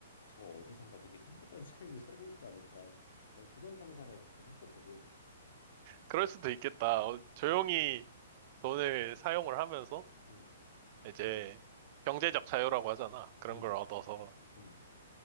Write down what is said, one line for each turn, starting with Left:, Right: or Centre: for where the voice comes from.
Left: 저 어디선가 되게 행복한 <laughs> 삶을 살고 있지 않을까 난 그런 상상을 가끔 했었거든.
Right: 그럴 수도 있겠다.
Left: 음,
Right: 어, 조용히 돈을 사용을 하면서
Left: 음,
Right: 이제 경제적 자유라고 하잖아. 그런
Left: 음,
Right: 걸 얻어서
Left: 음.